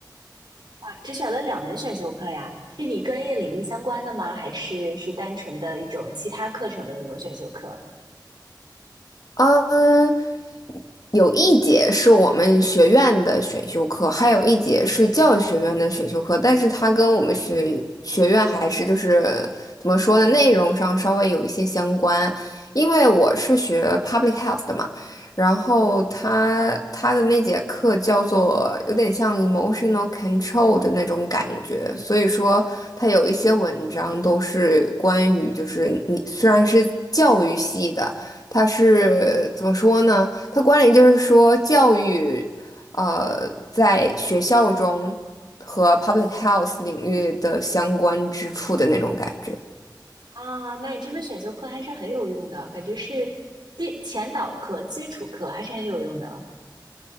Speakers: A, on the right; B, on the left.
A: 啊，只选了两门选修课呀，是你专业领域相关的吗？还是是单纯的一种其他课程的那种选修课？
B: 嗯，有一节是我们学院的选修课，还有一节是教育学院的选修课，但是它跟我们学学院还是就是怎么说呢，内容上稍微有一些相关。因为我是学 public health 的嘛，然后它它的那节课叫做有点像 emotional control 的那种感觉，所以说它有一些文章都是关于就是你虽然是教育系的，它是怎么说呢？它关联就是说教育，呃，在学校中和 public health 领域的相关之处的那种感觉。
A: 啊，那你这门选修课还是很有用的，感觉是基前导课、基础课还是很有用的。